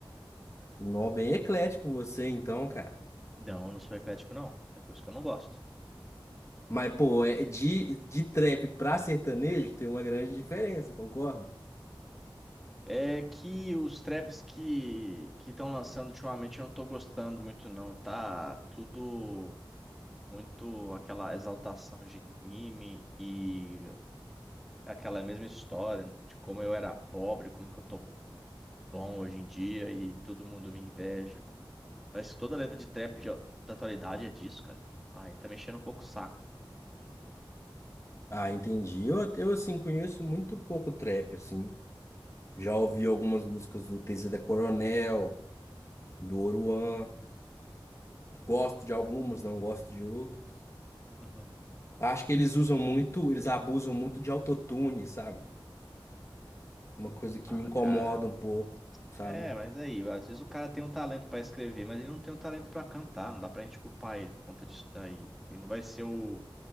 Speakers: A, on the left (about 30°); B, in the centre.
A: Um Nó, bem eclético você então, cara.
B: Não, não sou eclético não, é coisa que eu não gosto.
A: Mas pô, é de de trap pra sertanejo tem uma grande diferença, concorda?
B: É que os traps que que estão lançando ultimamente eu não tô gostando muito não, tá tudo muito aquela exaltação de crime e aquela mesma história de como eu era pobre, como que eu tô bom hoje em dia e todo mundo me inveja. Parece que toda letra de trap de- da atualidade é disso, cara. Aí tá mexendo um pouco o saco.
A: Ah, entendi. Eu, eu assim conheço muito pouco trap assim. Já ouvi algumas músicas do TZ da Coronel, do Oruan. Gosto de algumas, não gosto de outras.
B: Uhum.
A: Acho que eles usam muito, eles abusam muito de autotune, sabe? Uma coisa que
B: Ah,
A: me incomoda
B: cara.
A: um pouco, sabe?
B: É, mas aí, às vezes o cara tem um talento pra escrever, mas ele não tem um talento pra cantar, não dá pra gente culpar ele por conta disso daí. Ele não vai ser o,